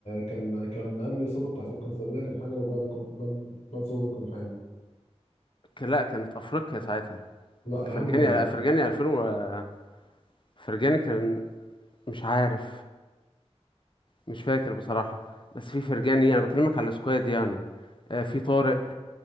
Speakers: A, on the left (about 75°); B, on the left (about 45°).
A: كان كان من قبل الاصابه بتاعت الكونفدراليه كان حاجه وبعد كون بعد بعد الاصابه برضه كان حاجه
B: ك- لا كانت افريقيا ساعتها
A: لا يا
B: فرجاني
A: عم
B: فرجاني 2000 و- فرجاني كان مش عارف مش فاكر بصراحة بس في فرجاني انا بكلمك على السكواد يعني آه، في طارق